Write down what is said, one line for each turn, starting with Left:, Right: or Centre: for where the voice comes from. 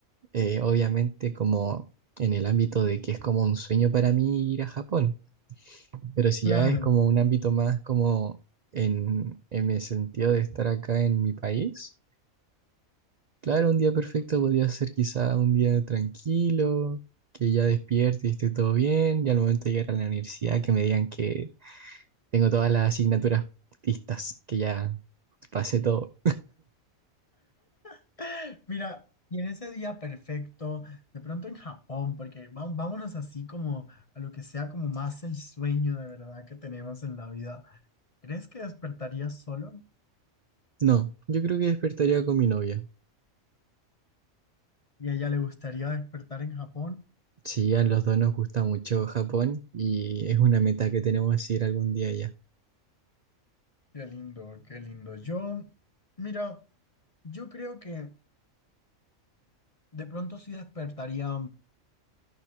Right: eh, obviamente como en el ámbito de que es como un sueño para mí ir a Japón, pero si
Left: Claro.
Right: ya es como un ámbito más como en, en el sentido de estar acá en mi país, claro, un día perfecto podría ser quizá un día tranquilo, que ya despierte y esté todo bien, y al momento de llegar a la universidad que me digan que tengo todas las asignaturas listas, que ya pasé todo.
Left: <gasps> Mira, y en ese día perfecto, de pronto en Japón, porque va- vámonos así como a lo que sea como más el sueño de verdad que tenemos en la vida. ¿Crees que despertaría solo?
Right: No, yo creo que despertaría con mi novia.
Left: ¿Y a ella le gustaría despertar en Japón?
Right: Sí, a los dos nos gusta mucho Japón y es una meta que tenemos ir algún día allá.
Left: Qué lindo, qué lindo. Yo, mira, yo creo que de pronto sí despertaría,